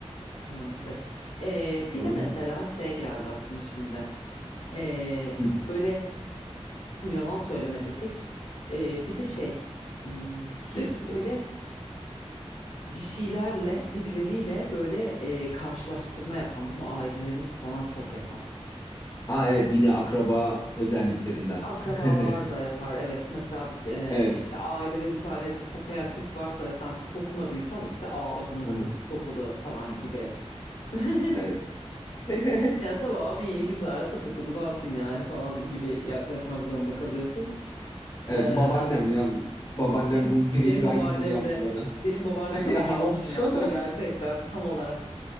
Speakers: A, on the left; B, on the left.
A: maalesef. Ee, bir
B: O
A: de
B: yüzden-
A: mesela şey geldi aklıma şimdi. Ee,
B: Hı,
A: böyle Şimdi yalan söyleme dedik. Ee, bir de şey hmm, sürekli
B: ne?
A: böyle bir şeylerle birileriyle böyle e, karşılaştırma yapan bunu ailelerimiz falan çok yapar.
B: Aa evet yine akraba özelliklerinden.
A: Akrabalar
B: <laughs>
A: da yapar evet mesela e,
B: Evet.
A: işte ailede bir tane tıp okuyan tip varsa ve sen tıp okumadıysan işte aa bak onun kızı
B: Aha,
A: tıp okudu falan gibi. <laughs>
B: Evet. <laughs>
A: Ya tamam iyi güzel tıp okudu ne yapayım yani falan gibi yaklaşmak zorunda kalıyorsun.
B: Evet,
A: Ee,
B: babaannem ya. Babaannem
A: Benim
B: bunun birebir
A: benim babaannem
B: aynısını yaptı
A: de
B: bana.
A: benim babaannem
B: <laughs> Ya
A: de aynısını
B: of.
A: yaptı
B: <laughs>
A: gerçekten tam olarak.